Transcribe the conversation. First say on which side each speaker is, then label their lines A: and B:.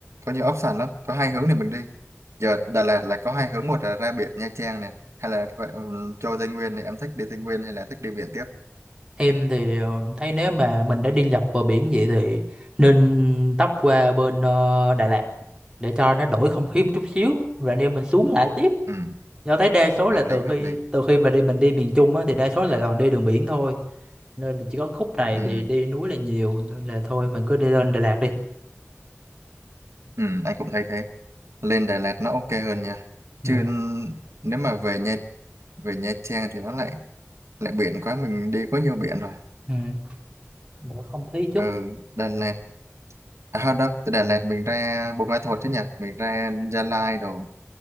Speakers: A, on the right (about 75°); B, on the right (about 20°).
A: có nhiều option lắm có hai hướng để mình đi giờ Đà Lạt là có hai hướng một là ra biển Nha Trang nè hay là vậy, ừm, cho Tây Nguyên này em thích đi Tây Nguyên hay là thích đi biển tiếp
B: em thì ờ, thấy nếu mà mình đã đi dọc bờ biển vậy thì nên tấp qua bên ờ, Đà Lạt để cho nó đổi không khí một chút xíu rồi anh em mình xuống lại tiếp
A: ừ,
B: do thấy đa số
A: hợp
B: là từ
A: lý hợp
B: khi
A: lý
B: từ khi mà đi mình đi miền Trung á thì đa số là toàn đi đường biển thôi nên là chỉ có khúc này
A: ừ,
B: thì đi núi là nhiều nên là thôi mình cứ đi lên Đà Lạt đi
A: ừ, anh cũng thấy thế lên Đà Lạt nó ok hơn nha
B: Dạ.
A: chứ nếu mà về Nha về Nha Trang thì nó lại lại biển quá mình đi có nhiều biển rồi
B: ừ. Mở không khí chút
A: ừ Đà Lạt à không đâu từ Đà Lạt mình ra Buôn Ma Thuột chứ nhỉ mình ra Gia Lai đồ